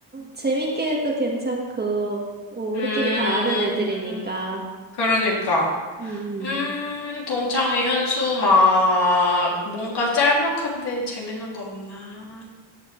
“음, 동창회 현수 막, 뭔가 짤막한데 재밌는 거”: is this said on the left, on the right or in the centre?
Left